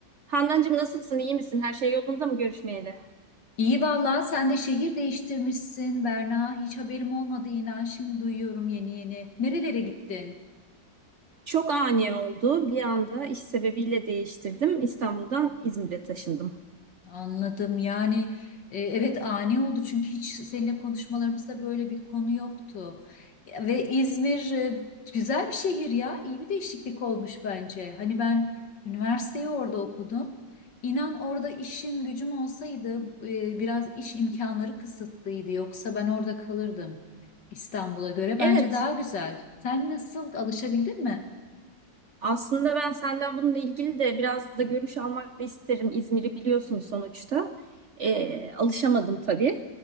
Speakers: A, on the right; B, on the left.
A: Handancığım nasılsın, İyi misin? Her şey yolunda mı görüşmeyeli?
B: İyi vallahi sen de şehir değiştirmişsin Berna. Hiç haberim olmadı inan. Şimdi duyuyorum yeni yeni. Nerelere gittin?
A: Çok ani oldu. Bir anda iş sebebiyle değiştirdim. İstanbul'dan İzmir'e taşındım.
B: Anladım. Yani e, evet ani oldu çünkü hiç seninle konuşmalarımızda böyle bir konu yoktu. Ve İzmir e, güzel bir şehir ya. İyi bir değişiklik olmuş bence. Hani ben üniversiteyi orada okudum. İnan orada işim gücüm olsaydı e, biraz iş imkanları kısıtlıydı. Yoksa ben orada kalırdım. İstanbul'a göre bence
A: Evet,
B: daha güzel. Sen nasıl alışabildin mi?
A: aslında ben senden bununla ilgili de biraz da görüş almak da isterim. İzmir'i biliyorsun sonuçta. Ee, alışamadım tabii.